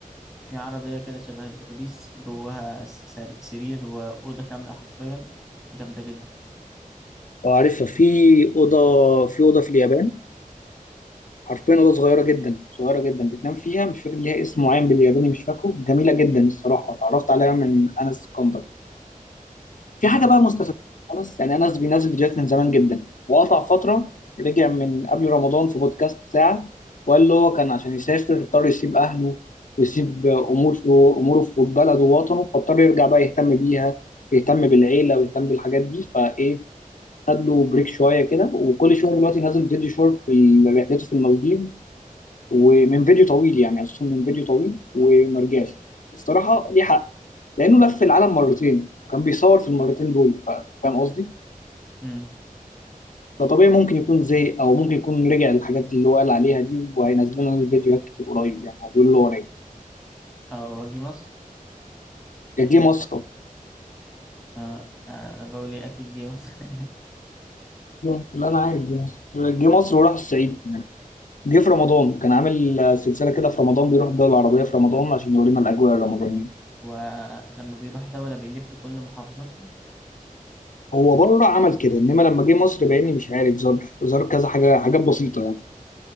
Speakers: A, in the centre; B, on the left (about 60°).
A: في عربية كده شبه الأتوبيس جواها س- سر- سرير وأوضة كاملة حرفيا جامدة جدا
B: اه عارفها في اوضه في اوضه في اليابان حرفيا اوضه صغيره جدا صغيره جدا بتنام فيها مش فاكر ليها اسم معين بالياباني مش فاكره جميله جدا الصراحه اتعرفت عليها من انس كوندر في
A: مم.
B: حاجه بقى مستفزه خالص يعني انس بينزل فيديوهات من زمان جدا وقطع فتره رجع من قبل رمضان في بودكاست ساعه وقال له هو كان عشان يسافر اضطر يسيب اهله ويسيب امور اموره في بلده ووطنه فاضطر يرجع بقى يهتم بيها يهتم بالعيله ويهتم بالحاجات دي فايه خد له بريك شويه كده وكل شويه دلوقتي نازل فيديو شورت في رحلته في المالديف ومن فيديو طويل يعني اساسا من فيديو طويل وما رجعش الصراحه ليه حق لانه لف العالم مرتين وكان بيصور في المرتين دول ف- فاهم قصدي؟
A: مم.
B: فطبيعي ممكن يكون زهق او ممكن يكون رجع للحاجات اللي هو قال عليها دي وهينزل لنا الفيديوهات كتير قريب يعني هو بيقول له هو راجع
A: أه وأجي مصر
B: جه مصر
A: أه آه، أنا بقول إيه أكيد جه مصر <laughs>
B: لا انا عارف جه مصر جه مصر وراح الصعيد كمان جه في رمضان كان عامل سلسله كده في رمضان بيروح الدول العربيه في رمضان عشان يورينا الاجواء الرمضانيه
A: ولما بيروح دولة بيلف كل محافظاتهم
B: هو بره عمل كده انما لما جه مصر باني مش عارف زار زار كذا حاجه حاجات بسيطه يعني